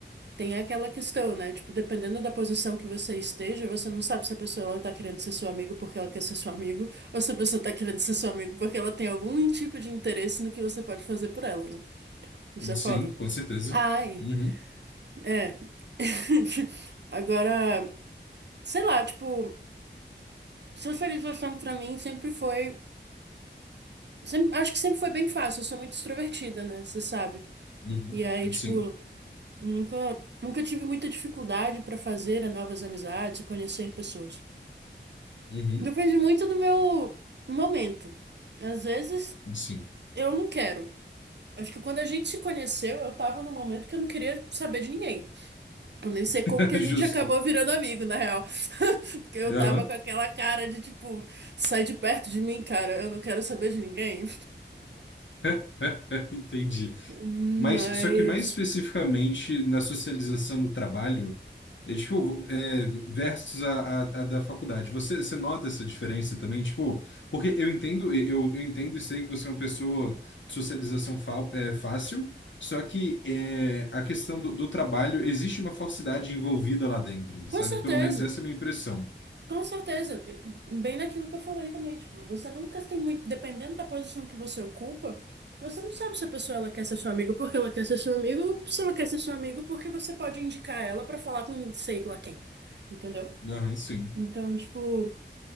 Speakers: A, on the right; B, on the left.
A: tem aquela questão, né? Tipo, dependendo da posição que você esteja, você não sabe se a pessoa ela tá querendo ser seu amigo porque ela quer ser seu amigo, ou se a pessoa tá querendo ser seu amigo porque ela tem algum tipo de interesse no que você pode fazer por ela, né? Isso é foda.
B: Sim, com certeza.
A: Ai,
B: Uhum,
A: é. <laughs> Agora, sei lá, tipo, socialização pra mim sempre foi, sempre- acho que sempre foi bem fácil, eu sou muito extrovertida, né? Você sabe.
B: uhum,
A: E aí, tipo,
B: sim,
A: Nunca, nunca tive muita dificuldade para fazer novas amizades e conhecer pessoas.
B: uhum,
A: Depende muito do meu momento. Às vezes
B: sim.
A: eu não quero. Acho que quando a gente se conheceu, eu tava num momento que eu não queria saber de ninguém. Eu nem sei como
B: <laughs>
A: que
B: Justo.
A: a gente acabou virando amigo, na real. <laughs> Porque eu
B: Aham.
A: tava com aquela cara de tipo, sai de perto de mim, cara, eu não quero saber de ninguém.
B: <laughs> Entendi.
A: <laughs>
B: Mas, só que mais especificamente
A: Mas,
B: na socialização do trabalho, é, tipo, é, versus a, a, a da faculdade. Você, você nota essa diferença também? Tipo, porque eu entendo, eu, eu entendo e sei que você é uma pessoa de socialização fal, é, fácil, só que é, a questão do, do trabalho, existe uma falsidade envolvida lá dentro,
A: com
B: sabe?
A: certeza.
B: Pelo menos essa é a minha impressão.
A: Com certeza, bem naquilo que eu falei também, tipo, você nunca tem muito, dependendo da posição que você ocupa, você não sabe se a pessoa ela quer ser seu amigo porque ela quer ser seu amigo ou se ela quer ser seu amigo porque você pode indicar ela pra falar com sei lá quem, entendeu?
B: Aham, sim.
A: Então, tipo,